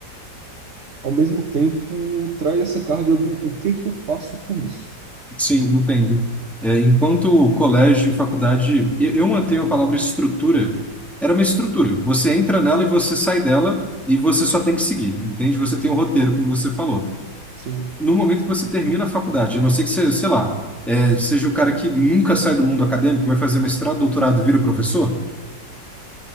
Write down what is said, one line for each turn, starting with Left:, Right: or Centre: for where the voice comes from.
Right: ao mesmo tempo traz essa carga do o que que eu faço com isso.
Centre: Sim, entendo. É, enquanto colégio e faculdade, eu, eu mantenho a palavra estrutura. Era uma estrutura. Você entra nela e você sai dela e você só tem que seguir, entende? Você tem um roteiro, como você falou.
Right: Sim,
Centre: No momento que você termina a faculdade, a não ser que você, sei lá, é, seja o cara que nunca sai do mundo acadêmico, vai fazer mestrado, doutorado e vira professor,